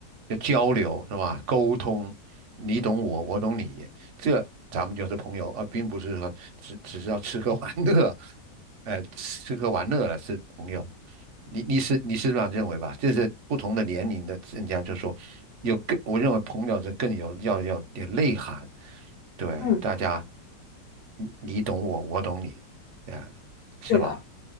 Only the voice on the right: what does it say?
要交流是吧？沟通，你懂我，我懂你，这咱们就是朋友，而并不是说只只是要吃喝玩乐，呃，吃喝玩乐了是朋友。你你是你是这样认为吧？这是不同的年龄的人家就说有更，我认为朋友是更有要要点内涵，对，
大家你懂我，我懂你，哎，是吧？